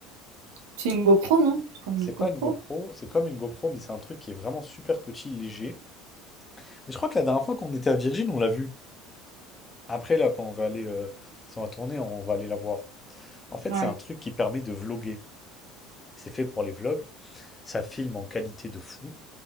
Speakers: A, on the right; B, on the left.
A: C'est une GoPro, non? C'est comme
B: C'est
A: une GoPro.
B: pas une GoPro, c'est comme une GoPro, mais c'est un truc qui est vraiment super petit, léger. Mais je crois que la dernière fois qu'on était à Virgin, on l'a vu. Après, là, quand on va aller, euh, si on va tourner, on va aller la voir. En fait,
A: Ouais.
B: c'est un truc qui permet de vloguer. C'est fait pour les vlogs, ça filme en qualité de fou,